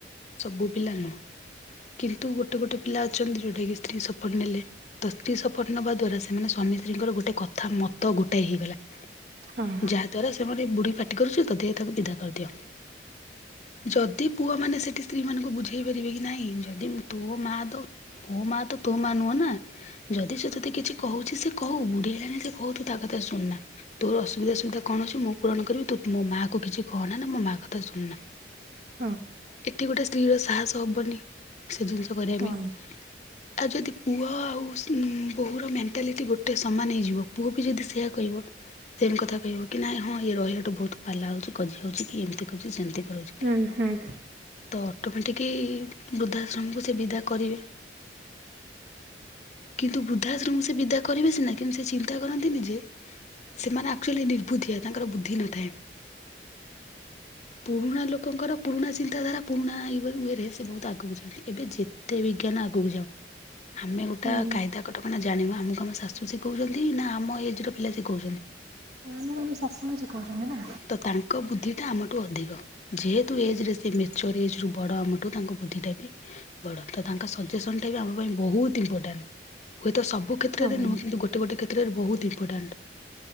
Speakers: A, on the left (about 40°); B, on the right (about 60°).
A: ସବୁ ପିଲା ନୁହ। କିନ୍ତୁ ଗୋଟେ ଗୋଟେ ପିଲା ଅଛନ୍ତି ଯୋଉଟା କିି ସ୍ତ୍ରୀ ସପୋର୍ଟ ନେଲେ। ତ ସ୍ତ୍ରୀ ଶପଥ ନେବା ଦ୍ଵାରା ସେମାନେ ସ୍ବାମୀ ସ୍ତ୍ରୀଙ୍କର ଗୋଟେ କଥା ମତ ଗୋଟାଇ ହେଇଗଲା।
B: ହଁ
A: ଯାହାଦ୍ୱାରା ସେମାନେ ବୁଢ଼ୀ ପାଟି କରୁଛି ତଧହ ତାକୁ ବିଦା କରିଦିଅ। ଯଦି ପୁଅ ମାନେ ସେଠି ସ୍ତ୍ରୀ ମାନଙ୍କୁ ବୁଝେଇ ପାରିବେ କି? ନାଇଁ ଯଦି ତୋ ମା ତ ମୋ ମା ତ ତୋ ମା ନୁହଁ ନା? ଯଦି ସେ ତତେ କିଛି କହୁଛି ସେ କହୁ। ବୁଢ଼ୀ ହେଲାଣି ସେ କହୁ ତୁ ତା କଥା ଶୁଣୁନା? ତୋର ଅସୁବିଧା ସୁବିଧା କଣ ଅଛି? ମୁ ପୂରଣ କରିବି ତୁ ମୋ ମାଆ କୁ କିଛି କହନା ନା ମୋ ମାଆ କଥା ଶୁଣୁନା।
B: <inaudible>
A: ଏତିକି ଗୋଟେ ସ୍ତ୍ରୀର ସାହସ ହବନି ସେ ଜିନିଷ କରିବା
B: ହୁଁ
A: ପାଇଁ।
B: ହୁଁ
A: ଆଉ ଯଦି ପୁଅ ଆଉ ସିନ୍ ବୋହୂର ମେଣ୍ଟାଲିଟି ଗୋଟେ ସମାନ ହେଇଯିବ ପୁଅ ବି ଯଦି ସେୟା କହିବ ସେମ୍ କଥା କହିବୁକି ନାଇଁ ହଁ ଇଏ ରହିଲାଠୁ ବୋହୁତ୍ ପାଲା ହୋଉଛି କଜି ହୋଉଚିକି ଏମିତି କରୁଛି ସେମିତି କରୁଛି।
B: ଉଁ ହୁଁ।
A: ତ ଅଟୋମେଟିକି ବୃଦ୍ଧାଶ୍ରମକୁ ସେ ବିଦା କରିବେ। କିନ୍ତୁ ବୃଦ୍ଧାଶ୍ରମକୁ ସେ ବିଦା କରିବେ ସିନା କିନ୍ତୁ ସେ ଚିନ୍ତା କରନ୍ତିନି ଯେ ସେମାନେ ଆକ୍ଚୁଆଲି ନିର୍ବୁଧିଆ ତାଙ୍କର ବୁଦ୍ଧି ନଥାଏ। ପୁରୁଣା ଲୋକଙ୍କର ପୁରୁଣା ଚିନ୍ତାଧାରା ପୁରୁଣା ଇଏ ବୋଲି ଇୟେ ରେ ସେ ବୋହୁତ୍ ଆଗକୁ ଯାଆନ୍ତି ଏବେ ଯେତେ ବିଜ୍ଞାନ ଆଗୁକୁ ଯାଉ। ଆମେ ଗୋଟା
B: ହୁଁ
A: କାଇଦା କଟକଣା ଜାଣିବା ଆମକୁ ଆମ ଶାଶୁ ଶିଖୋଉଛନ୍ତି ନା ଆମ ଏଜ୍ ର ପିଲା ଶିଖୋଉଚନ୍ତି?
B: ମୁଁ କହିବି ଶାଶୁମା ହିଁ ସିଖୋଉଚନ୍ତି ନା?
A: ତ ତାଙ୍କ ବୁଦ୍ଧିଟା ଆମଠୁ ଅଧିକ। ଯେହେତୁ ଏଜରେ ସେ ମଚ୍ୱରେଟ୍ ଏଜ୍ ରୁ ବଡ଼ ଆମ ଠୁ ତାଙ୍କ ବୁଦ୍ଧିଟା ବି ବଡ଼ ତ ତାଙ୍କ ସଜେସନଟା ବି ଆମ ପାଇଁ ବୋହୁତ୍ ଇମ୍ପୋଟାଣ୍ଟ ହୁଏତ ସବୁ କ୍ଷେତ୍ରରେ
B: ହଁ।
A: ନୁହୁଁ କିନ୍ତୁ ଗୋଟ ଗୋଟେ ଗୋଟେ କ୍ଷେତ୍ରରେ ବୋହୁତ୍ ଇମ୍ପୋର୍ଟାଣ୍ଟ